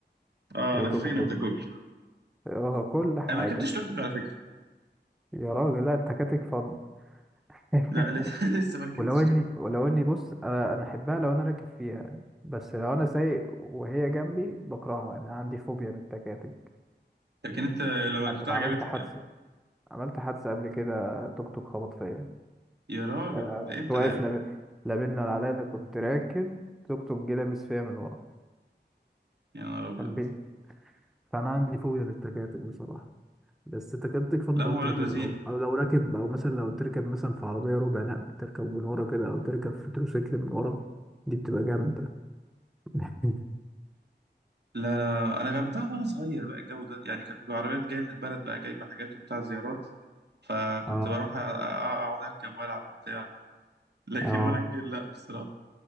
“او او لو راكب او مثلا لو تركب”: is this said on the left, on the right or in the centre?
Centre